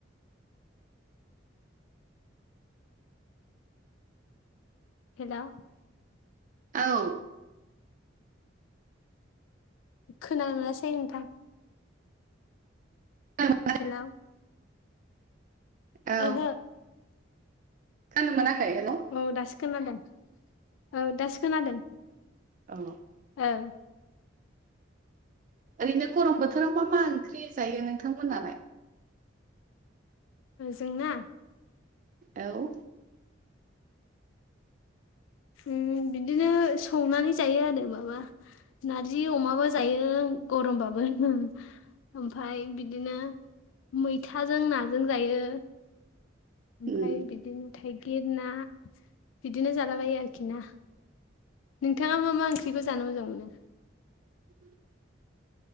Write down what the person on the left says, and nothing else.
हेल'
खोनानो मोनासै नोंथां
हेल'
ओहो
औ दासो खोनादों औ दासो खोनादों
औ।
जोंना
उम बिदिनो संनानै जायो आरो माबा नारजि अमाबो जायो गरमबाबो उ ओमफाय बिदिनो मैथाजों नाजों जायो। ओमफाय
बिदिनो थाइगिर ना बिदिनो जालाबायो आरोखि ना नोंथाङा मा मा ओंख्रिखौ जानो मोजां मोनो।